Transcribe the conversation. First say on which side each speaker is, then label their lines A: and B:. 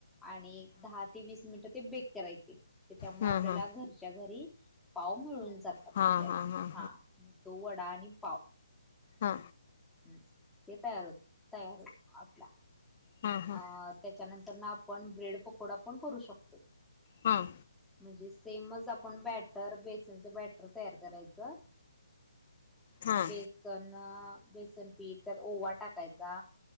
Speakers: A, in the centre; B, on the left.
A: आणि दहा ते वीस मिनिटं, ते बेक करायचे. त्याच्यामुळे
B: हां
A: आपल्याला
B: हां
A: घरच्या घरी पाव मिळून जातात
B: हां
A: आपल्याला.
B: हां हां
A: हा. तो वडा आणि पाव.
B: हा.
A: हम्. ते तयार होत, तयार होत, आपला.
B: हां हां
A: अ त्याच्यानंतर ना, आपण ब्रेड पकोडा पण करू शकतोय.
B: हां हां
A: म्हणजे सेमच आपण बॅटर, बेसनचं बॅटर तयार करायचं.
B: हां हां
A: बेसन अ बेसन पीठ, त्यात ओवा टाकायचा.